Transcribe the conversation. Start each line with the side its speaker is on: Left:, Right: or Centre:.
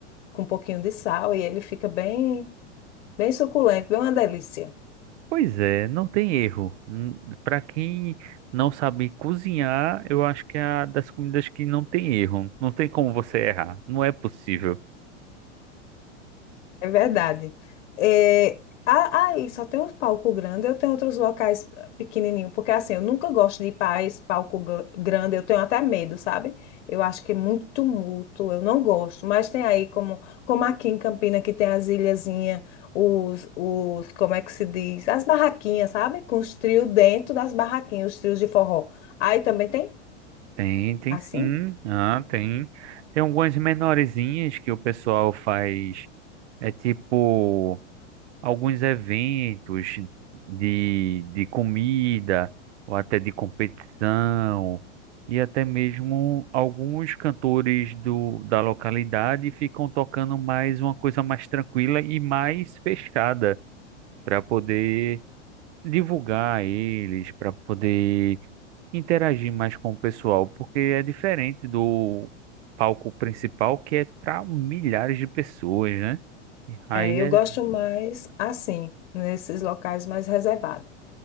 Left: com um pouquinho de sal e ele fica bem, bem suculento, bem uma delícia.
Right: Pois é, não tem erro. Para quem não sabe cozinhar, eu acho que é a das comidas que não tem erro. Não tem como você errar. Não é possível.
Left: É verdade. É, a- aí só tem os palco grande, eu tenho outros locais pequenininho, porque assim, eu nunca gosto de ir para esse palco gr- grande, eu tenho até medo, sabe? Eu acho que é muito tumulto, eu não gosto. Mas tem aí como, como aqui em Campina que tem as ilhazinhas, os, os, como é que se diz? As barraquinhas, sabe? Com os trios dentro das barraquinhas, os trios de forró. Aí também tem
Right: Tem, tem
Left: assim?
Right: sim. Ah, tem. Tem algumas menorzinhas que o pessoal faz. É tipo. alguns eventos de, de comida, ou até de competição, e até mesmo alguns cantores do, da localidade ficam tocando mais uma coisa mais tranquila e mais fechada, para poder divulgar eles, para poder interagir mais com o pessoal, porque é diferente do palco principal, que é para milhares de pessoas, né? Aí
Left: É, eu
Right: é,
Left: gosto mais assim, nesses locais mais reservados.